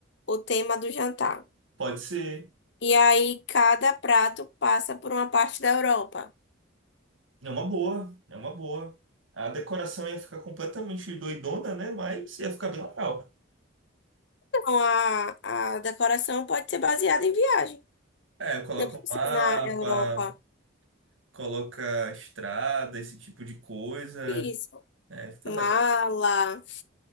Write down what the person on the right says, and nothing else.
Pode ser,
é uma boa, é uma boa. A decoração ia ficar completamente doidona, né? Mas ia ficar bem legal.
É, coloca
um mapa,
coloca estrada, esse tipo de coisa,
é, fica
legal.